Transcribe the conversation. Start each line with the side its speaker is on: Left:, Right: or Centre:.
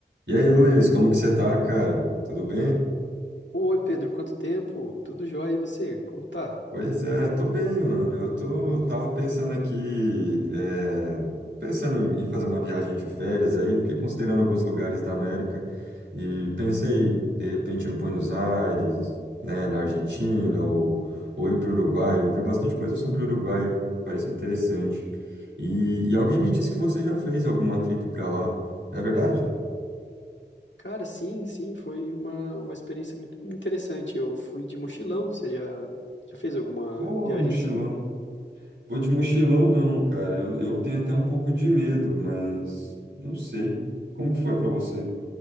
Right: E aí, Luiz, como que você tá, cara? Tudo bem?
Left: Oi, Pedro, quanto tempo? Tudo jóia e você? Como tá?
Right: Pois é, tô bem, mano. Eu tô, tava pensando aqui, é, pensando em fazer uma viagem de férias aí, fiquei considerando alguns lugares da América e pensei, de repente, em Buenos Aires, né, na Argentina ou, ou ir para o Uruguai. Eu ouvi bastante coisa sobre o Uruguai, pareceu interessante. E, e alguém me disse que você já fez alguma trip para lá. É verdade?
Left: Cara, sim, sim, foi uma, uma experiência muito interessante. Eu fui de mochilão, você já, já fez alguma
Right: Porra,
Left: viagem
Right: mochilão.
Left: assim?
Right: Pô, de mochilão não, cara. Eu, eu tenho até um pouco de medo, mas não sei. Como que foi pra você?